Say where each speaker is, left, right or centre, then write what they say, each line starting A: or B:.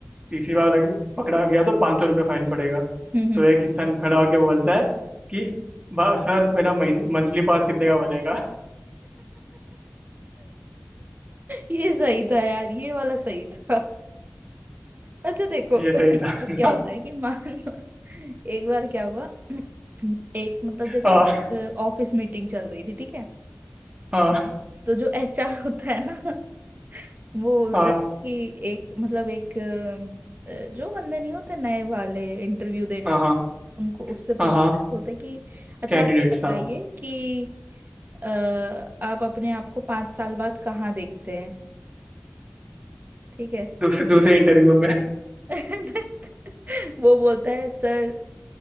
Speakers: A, on the right; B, on the right.
A: तीसरी बार लग, पकड़ा गया तो पाँच सौ रुपये फाइन पड़ेगा
B: हम्म <laughs>
A: तो
B: हम्म।
A: एक इंसान खड़ा होकर बोलता है कि "बा- सर मेरा मंथली पास कितने का बनेगा <laughs>
B: ये सही था यार ये वाला सही था अच्छा देखो
A: ये
B: <laughs>
A: सही था
B: क्या होता
A: <laughs>
B: है कि मान लो एक बार क्या हुआ <clears throat> एक मतलब जैसे
A: हाँ
B: ऑफिस मीटिंग चल रही थी ठीक है
A: हाँ
B: तो जो एचआर होता है ना <laughs> वो बोलता
A: हाँ
B: है कि एक मतलब एक अ, जो बंदे नहीं होते नए वाले इंटरव्यू देने
A: हाँ
B: आते
A: हाँ
B: हैं, उनको उससे पूछते
A: हाँ हाँ
B: हैं बोलते हैं कि अच्छा
A: कैंडिडेट
B: आप ये बताइए
A: हाँ
B: कि अ, आप अपने आप को पांच साल बाद कहाँ देखते हैं ठीक है
A: दूसरे दूसरे इंटरव्यू में <laughs>
B: <laughs> वो बोलता है सर